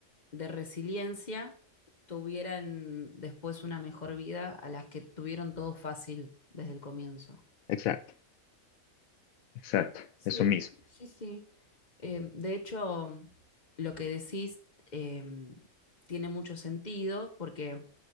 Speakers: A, on the left (about 30°); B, on the left (about 80°).
A: de resiliencia tuvieran después una mejor vida a las que tuvieron todo fácil desde el comienzo.
B: Exacto, exacto,
A: Sí,
B: eso mismo.
A: sí, sí. Eh, de hecho, lo que decís eh, tiene mucho sentido porque